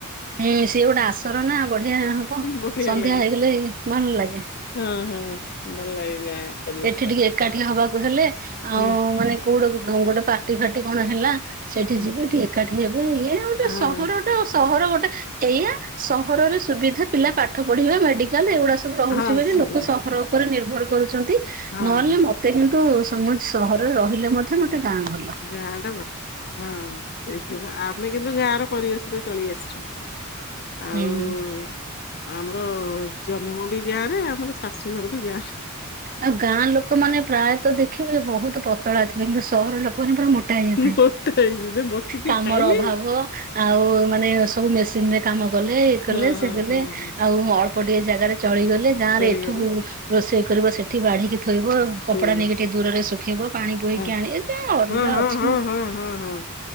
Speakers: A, on the right; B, on the left.
A: ଏଁ, ସିଏ ଗୋଟେ ଆସର ନା ବଢିଆ ହବ
B: ବଢିଆ
A: ସନ୍ଧ୍ୟା
B: ଲାଗେ।
A: ହେଇଗଲେ ଭଲ ଲାଗେ।
B: ହଁ, ହଁ ଭଲ ଲାଗେ ଗାଁ। ପରିବେଶ
A: ଏଠି
B: ଟା
A: ଟିକେ ଏକାଠି ହବାକୁ ହେଲେ
B: ହୁଁ
A: ଆଉ ମାନେ କୋଉଟାକୁ ଧର ଗୋଟେ ପାର୍ଟି ଫାର୍ଟି କଣ ହେଲା ସେଇଠି
B: ହୁଁ।
A: ଯିବେ ଟିକେ ଏକାଠି ହେବେ ଇଏ ଆଉ ଗୋଟେ
B: ହଁ
A: ସହର ଗୋଟେ ଆ, ସହର ଗୋଟେ ଏଇଆ ସହରରେ ସୁବିଧା ପିଲା ପାଠ ପଢିବା, ମେଡିକାଲ୍ ଏଉଡା ସବୁ ରହୁଛି
B: ହଁ
A: ବୋଲି
B: ସୁବିଧା
A: ଲୋକ ସହର ଉପରେ ନିର୍ଭର କରୁଛନ୍ତି।
B: ହଁ
A: ନହେଲେ
B: ହଁ
A: ମୋ ତେ କିନ୍ତୁ ସମସ୍ ସହରରେ ରହିଲେ ମଧ୍ୟ ମୋତେ ଗାଁ ଭଲ।
B: ଗାଁ ଟା ଭଲ। ହଁ ସେଇ ସବା ଆମେ କିନ୍ତୁ ଗାଁ ର ପରିବେଶରେ ଚଳି ଆସିଛୁ। ହଁ।
A: ହୁଁ।
B: ହଁ ଆମର ଜନମ ବି ଗାଁ ରେ, ଆମର ଶାଶୁଘର ବି ଗାଁ ରେ।
A: ଆଉ ଗାଁ ଲୋକମାନେ ପ୍ରାୟତଃ ଦେଖିବେ ବହୁତ ପତଳା ଥିବେ କିନ୍ତୁ ସହର ଲୋକମାନେ ପୁରା ମୋ ଟା ଅନ୍ତେ
B: ମୋଟା ହେଇଛି ଯେ ବସିକି
A: କାମର
B: ଖାଇଲେ
A: ଅଭାବ ଆଉ ମାନେ ସବୁ ମେସିନ୍ ରେ କାମ କଲେ ଇଏ କଲେ
B: ହଁ ହଁ
A: ସେ କଲେ
B: ହଁ ହଁ
A: ଆଉ ଗପ ଟେ ଜାଗାରେ ଚଳିଗଲେ ଗାଁରେ
B: ଚଳିଗଲେ
A: ଏଠୁ ରୋଷେଇ କରିବ ସେଠି ବାଢିକି ଥୋଇବ
B: ଥୋଇବ।
A: କପଡା ନେଇକି ଟେ ଦୂରରେ ଶୁଖେଇବ ପାଣି ବୋହିକି
B: ହଁ
A: ଆଣି ଅଲଗା
B: ହଁ ହଁ
A: ଅଛି
B: ହଁ
A: ନା।
B: ହଁ ହଁ ହଁ